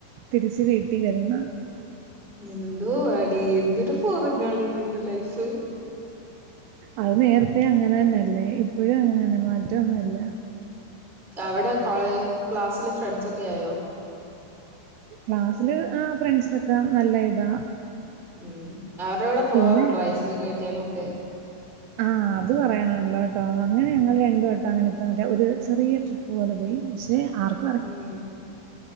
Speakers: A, on the right; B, in the centre.
A: തിരിച്ച് വീട്ടി വരുന്ന
B: എന്തുവാടീ എന്തൊരു ഫോറിങ്ങാണ്ന്ന്ന്റെ ലൈഫ്
A: അത് നേരത്തെ അങ്ങനെ തന്നെയല്ലേ ഇപ്പോഴും അങ്ങനെ തന്നെ മാറ്റന്നുംല്ല
B: അവിടെ കോളേ ക്ലാസ്സില് ഫ്രണ്ട്സ് ഒക്കെ ആയോ
A: ക്ലാസ്സില് ആ ഫ്രണ്ട്സ ഒക്കെ നല്ല ഇതാ
B: ഉം അവരുടെ കൂടെ പോവാറുണ്ടോ
A: പിന്നെ
B: ഐസ്ക്രീം കഴിക്കാനുംക്കെ
A: ആഹ് അത് പറയണല്ലോ ട്ടോ അങ്ങനെ ഞങ്ങൾ രണ്ടുവട്ടം അങ്ങനെ ഇപ്പ മറ്റ ഒരു ചെറിയ ടിപ്പ് പോലെ പോയി പക്ഷെ ആർക്ക
B: ഉം